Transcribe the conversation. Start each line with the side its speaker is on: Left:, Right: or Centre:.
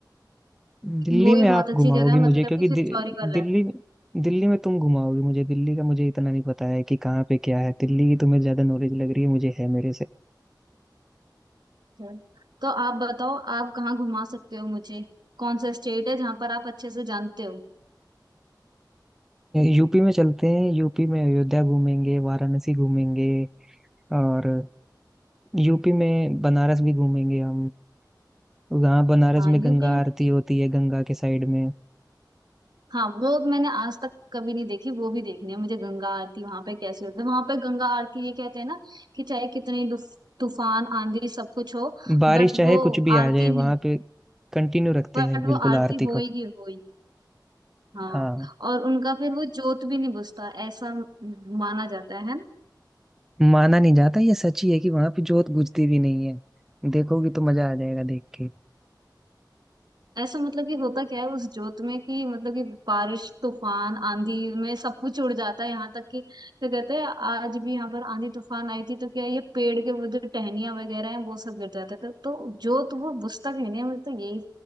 Centre: दिल्ली
Right: वो भी
Centre: में आप
Right: बहुत अच्छी
Centre: घुमाओगी
Right: जगह है
Centre: मुझे
Right: मतलब
Centre: क्योंकि
Right: कि
Centre: दि,
Right: हिस्टोरिकल
Centre: दिल्ली
Right: है
Centre: दिल्ली में तुम घुमाओगी मुझे दिल्ली का मुझे इतना नहीं पता है कि कहाँ पे क्या है दिल्ली की तुम्हें ज्यादा नॉलेज लग रही है मुझे है मेरे से
Right: है। तो आप बताओ आप कहाँ घुमा सकते हो मुझे कौन सा स्टेट है जहाँ पर आप अच्छे से जानते हो
Centre: यूपी में चलते हैं यूपी में अयोध्या घूमेंगे वाराणसी घूमेंगे और यूपी में बनारस भी घूमेंगे हम वहाँ बनारस
Right: हाँ
Centre: में
Right: यूपी
Centre: गंगा
Right: में
Centre: आरती
Right: भी जगह
Centre: होती है गंगा के साइड में
Right: हाँ वो मैंने आज तक कभी नहीं देखी वो भी देखनी है मुझे गंगा आरती वहां पे कैसे होती है वहां पे गंगा आरती ये कहते हैं ना कि चाहे कितनी दुफ- तूफान आंधी सब कुछ हो
Centre: बारिश
Right: बट
Centre: चाहे
Right: वो
Centre: कुछ भी आ
Right: आरती
Centre: जाए वहाँ
Right: नहीं
Centre: पे कंटिन्यू रखते
Right: बट
Centre: हैं बिल्कुल
Right: वो आरती
Centre: आरती
Right: होएगी
Centre: को
Right: होएगी हाँ
Centre: हाँ
Right: और उनका फिर वो जोत भी नहीं बुझता ऐसा माना जाता है
Centre: माना नहीं जाता ये सच ही है कि वहां पे जोत बुझती भी नहीं है देखोगी तो मजा आ जाएगा देख के
Right: ऐसा मतलब कि होता क्या है उस जोत में कि मतलब कि बारिश तूफान आंधी में सब कुछ उड़ जाता है यहाँ तक कि क्या कहते हैं आज भी यहाँ पर आंधी तूफान आई थी तो क्या है, ये पेड़ के वो जो टहनियां वगैरह हैं वो सब गिर जाते हैं तो, तो जोत वो बुझता कहीं नहीं है, मुझे तो यही